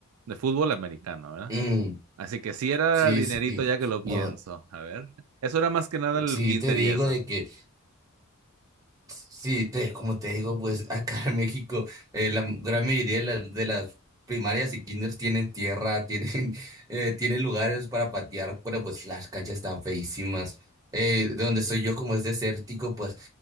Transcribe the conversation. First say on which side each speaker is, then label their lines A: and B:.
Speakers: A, on the right; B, on the right.
A: De fútbol americano, ¿verdad?
B: Mm,
A: Así que sí era
B: sí,
A: dinerito
B: sí.
A: ya que lo
B: No,
A: pienso. A ver, eso era más que nada el
B: sí
A: kinder
B: te digo
A: y eso.
B: de que Sí, te, como te digo, pues <laughs> acá en México eh, la gran mayoría de, la- de las primarias y kinders tienen tierra, tienen, <laughs> eh, tienen lugares para patear, pero pues las canchas están feísimas. Eh, de donde soy yo, como es desértico, pues